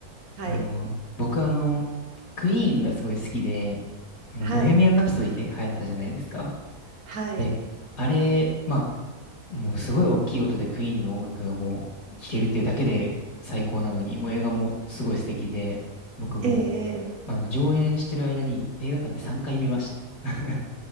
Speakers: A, on the right; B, on the left.
A: はい、
B: あの、僕あの、クイーンがすごい好きで、あの、
A: はい、
B: ボヘミアン・ラプソディって流行ったじゃないですか。
A: はい、
B: で、あれ、まあ、もうすごい大きい音でクイーンの音楽がもう聴けるっていうだけで最高なのに、もう映画もすごい素敵で、僕もう、
A: ええ、ええ
B: あの、上演してる間に映画館で3回見ました。<laughs>